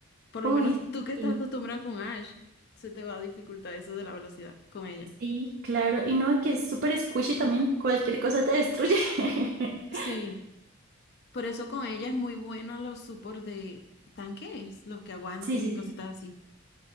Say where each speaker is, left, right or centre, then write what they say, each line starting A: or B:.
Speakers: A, on the left; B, on the right.
A: Por
B: Uy,
A: lo menos tú que estás
B: sí,
A: acostumbrada con Ash, se te va a dificultar eso de la velocidad con ella.
B: sí, claro, y no, que es súper squishy también, cualquier cosa te destruye. <laughs>
A: Sí, por eso con ella es muy bueno los supports de tanques, los que aguanten
B: Sí, sí,
A: y cositas
B: sí.
A: así.